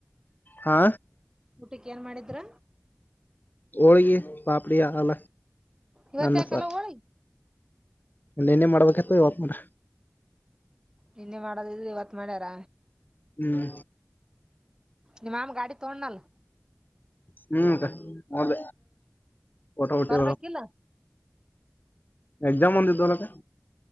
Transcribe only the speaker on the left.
ಹಾ
ಹ ಓಳಿಗೆ ಪಾಪಡಾ ಅಲ
ಅನ್ನ
ಸಾರ್.
ಒೆನೇ ಮಾಡ್ಬೇಕತ್ ಇವತ್ ಮಾಡ್ರ
ಹ್ಮ್
ಹ್ಮ್ ಸ ಮದ ಊಟಪಟಿ
ಎಕ್ಜಾಮ್ ಒಂದು ದಲ್ಲ ಕ